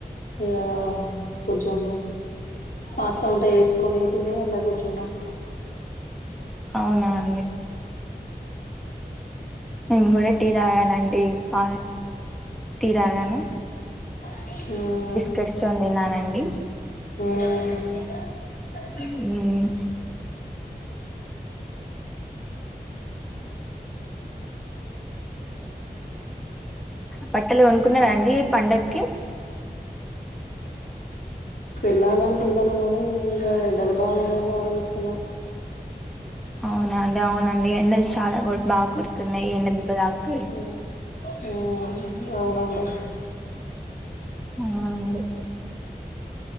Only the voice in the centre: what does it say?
అవునా అండి నేను కూడా టీ తాగానండి పా టీ తాగాను
తెర్చొ తిన్నానండి
ఉమ్ బట్టలు కొనుకున్నరండి పండగకి
అవునాండి అవునండి ఎండలు చాలా బాగా కోడుతున్నాయి ఎండ దెబ్బ తాకుతది
అవునండి